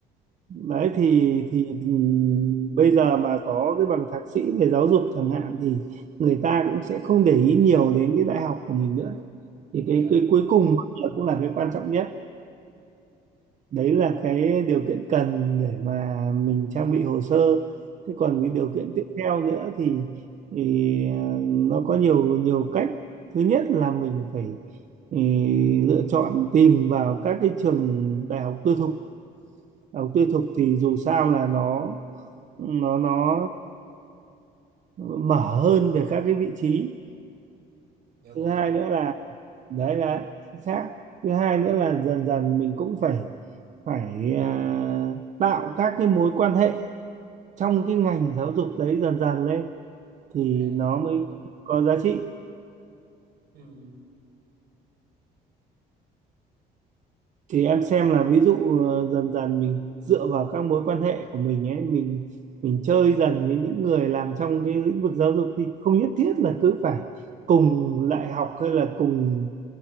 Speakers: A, on the right; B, on the right.
A: Đấy thì thì ừm, bây giờ mà có cái bằng thạc sĩ về giáo dục chẳng hạn thì người ta cũng sẽ không để ý nhiều đến cái đại học của mình nữa. Thì cái
B: dạ
A: cái cuối cùng là cũng là cái quan trọng nhất đấy là cái điều kiện cần để mà mình trang bị hồ sơ thế
B: dạ
A: còn cái điều kiện tiếp theo nữa thì, thì ờ, nó có nhiều nhiều cách thứ nhất là mình phải ừ, lựa chọn tìm vào các cái trường đại học tư thục đại học tư thục thì dù sao là nó nó nó ừm, mở hơn về các cái vị trí
B: dạ
A: thứ
B: có
A: hai nữa là đấy là chính xác thứ hai nữa là dần dần mình cũng phải phải à, tạo các cái mối quan hệ trong cái ngành giáo dục đấy dần dần lên thì
B: à
A: nó mới có giá trị
B: ừ,
A: thì em xem là ví dụ ờ, dần dần mình dựa vào các mối quan hệ của mình ấy mình mình chơi dần với những người làm trong cái lĩnh vực giáo dục thì không nhất thiết là cứ phải cùng đại học hay là cùng